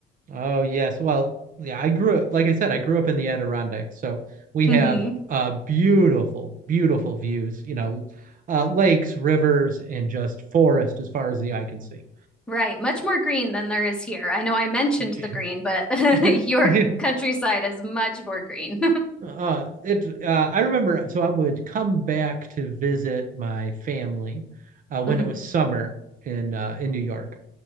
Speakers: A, on the right (about 50°); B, in the centre.
A: Oh yes. Well, yeah, I grew up, like I said, I grew up in the Adirondacks. So we
B: hmm
A: have uh beautiful, beautiful views, you know, uh lakes, rivers, and just forest as far as the eye can see.
B: Right, much more green than there is here. I know I mentioned
A: <laughs>
B: the green, but <laughs> your
A: Yeah.
B: countryside is much more green.
A: Uh it uh I remember so I would come back to visit my family uh when
B: <laughs> hmm
A: it was summer in uh in New York.